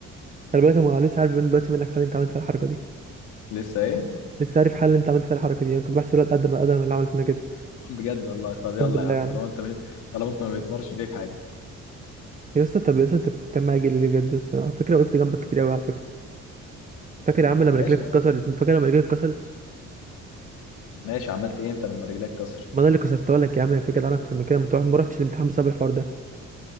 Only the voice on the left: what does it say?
لسه ايه
<laughs> بجد والله طب يلا
يا عم
طالما انت مش... طالما انت ما بيتمرش فيك حاجه
طب
ماشي يا
عم.
ماشي عملت ايه انت لما رجلك كسر